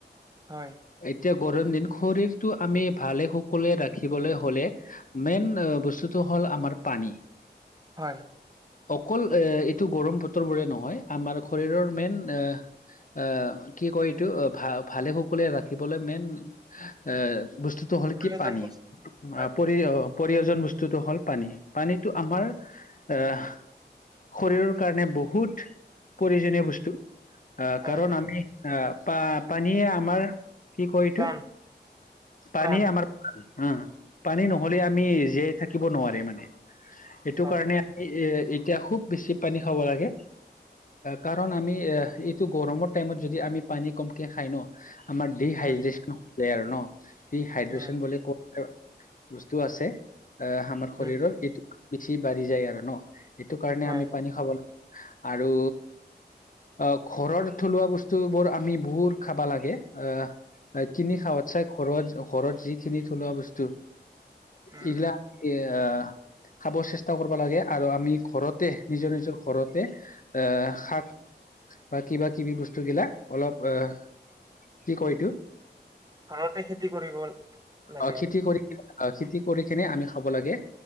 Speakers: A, on the right; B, on the left.
A: হয়।
B: এতিয়া গৰম দিন শৰীৰটো আমি ভালে-কুশলে ৰাখিবলে হলে মেইন বস্তুটো হ'ল-আমাৰ পানী।
A: হয়।
B: অকল এ এইটো গৰম বতৰ বোৰে নহয়, আমাৰ শৰীৰৰ মেইন এ অ', কি কয় এইটো অ' ভ ভালে-কুশলে কুশলে ৰাখিবলৈ মেইন এ বস্তুটো হ'ল
A: প্ৰয়োজন
B: কি পানী,
A: বস্তু পানী
B: পৰি প্ৰয়োজন বস্তুটো হ'ল পানী, পানীটো আমাৰ আহ, শৰীৰৰ কাৰণে বহুত প্ৰয়োজনীয় বস্তু, আহ
A: হয়
B: কাৰণ
A: হয়
B: আমি আহ পা-পানীয়ে আমাৰ কি কয় এইটো?
A: প্ৰাণ
B: পানীয়ে
A: প্ৰাণ
B: আমাৰ হুম' পানী নহলে আমি জীয়াই থাকিব নোৱাৰে মানে। সেইটো
A: হয়।
B: কাৰণে এ, এতিয়া খুব বেছি পানী খাব লাগে। কাৰণ আমি এ-এইটো গৰমৰ টাইমত যদি আমি পানী কমকে খাই ন। আমাৰ ডিহাইড্ৰেশ্যন
A: উম,
B: আৰু ন, ডিহাইড্ৰেশ্যন
A: উম,
B: বুলি ক বস্তু আছে, আহ আমাৰ শৰীৰৰ
A: উম,
B: এইটো বেছি বাঢ়ি যায় আৰু ন। এইটো কাৰণে
A: হয়,
B: আমি
A: হয়।
B: পানী খাব লাগে, আৰু অ' ঘৰৰ থলুৱা বস্তু বোৰ আমি বহুত খাবা লাগে। অ' কিনি খাৱাত চাই, ঘৰত-ঘৰত যিখিনি থলুৱা বস্তু।
A: উম,
B: এইবিলাক,
A: উম,
B: অহ খাব চেষ্টা কৰিব লাগে, আৰু আমি ঘৰতে নিজৰ নিজৰ ঘৰতে এ শাক বা কিবা-কিবি বস্তুগিলা, অলপ আহ কি কয় এইটো?
A: ঘৰতে খেতি কৰিব লাগে
B: অ' খেতি
A: আৰু।
B: কৰি আহ, খেতি কৰি কিনে আমি খাব লাগে।